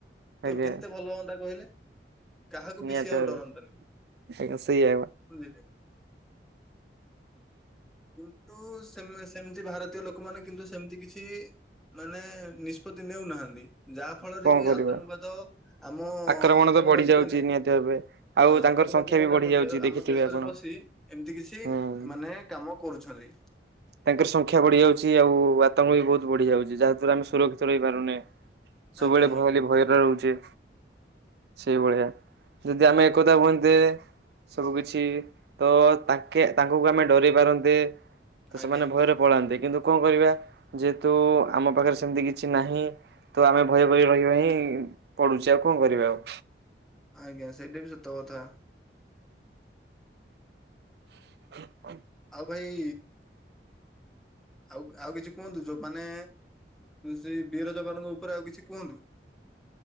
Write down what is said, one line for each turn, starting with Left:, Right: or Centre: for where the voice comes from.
Right: ଆଜ୍ଞା।
Centre: ତ କେତେ ଭଲ ହୁଅନ୍ତା କହିଲେ? କାହାକୁ
Right: ନିହାତି
Centre: ବି ସିଏ ଆଉ
Right: ଭାବରେ
Centre: ଡରନ୍ତେ ନି।
Right: ଆଜ୍ଞା ସେଇଆ
Centre: ବୁଝିଲେ। ଟୁଟୁ ସେମ ସେମତି ଭାରତୀୟ ଲୋକମାନୋନ କିନ୍ତୁ ସେ ସେମତି କିଛି ମାନେ ନିଷ୍ପତି ନେଉନାହାଁନ୍ତି। ଯାହା ଫଳରେ
Right: କଣ
Centre: କି
Right: କରିବା
Centre: ଆତଙ୍କବାଦ ଆମ
Right: ଆକ୍ରମଣ
Centre: ଆତଙ୍କବାଦୀ
Right: ତ ବଢି ଯାଉଛି
Centre: ମାନେ
Right: ନିହାତି ଭାବେ। ଆଉ
Centre: ହଁ
Right: ତାଙ୍କର
Centre: ଆତଙ୍କବାଦୀ
Right: ସଂଖ୍ୟା
Centre: ମାନେ
Right: ବି ବଢି
Centre: ଆମ
Right: ଯାଉଛି
Centre: ଦେହ
Right: ଦେଖିଥିବେ
Centre: ଆମ ଦେଶରେ
Right: ଆପଣ
Centre: ପଶି ଏମିତି କିଛି
Right: ହୁଁ।
Centre: ମାନେ କାମ କରୁଛନ୍ତି।
Right: ତାଙ୍କର ସଂଖ୍ୟା ବଢି ଯାଉଛି। ଆଉ ଆତଙ୍କ ବି ବହୁତ ବଢି ଯାଉଛି। ଯାହା ଦ୍ୱାରା ଆମେ ସୁରକ୍ଷିତ ରହିପାରୁନେଁ। ସବୁବେଳେ
Centre: ଆଜ୍ଞା
Right: ଭୟଲି
Centre: ଆଜ୍ଞା
Right: ଭୟରେ ରହୁଚେ। ସେଇଭଳିଆ ଯଦି ଆମେ ଏକଥା ହୁହନ୍ତେ, ସବୁ କିଛି ତ ତାଙ୍କେ ତାଙ୍କୁକୁ ଆମେ ଡରେଇ ପାରନ୍ତେ। ତ
Centre: ଆଜ୍ଞା
Right: ସେମାନେ ଭୟରେ ପଳାନ୍ତେ କିନ୍ତୁ କଣ କରିବା ଯେହେତୁ ଆମ ପାଖରେ ସେମତି କିଛି ନାହିଁ। ତ ଆମେ ଭୟ କରି ରହିବା ହିଁ ପଡୁଚି ଆଉ କଣ କରିବା ଆଉ।
Centre: ଆଜ୍ଞା ସେଇଟା ବି ସତ କଥା।
Right: <inaudible>
Centre: ଆଉ ଭାଇ ଆଉ ଆଉ କିଛି କୁହନ୍ତୁ ଯୋଉମାନେ ସେଇ ବୀର ଯବାନଙ୍କ ଉପରେ ଆଉ କିଛି କୁହନ୍ତୁ?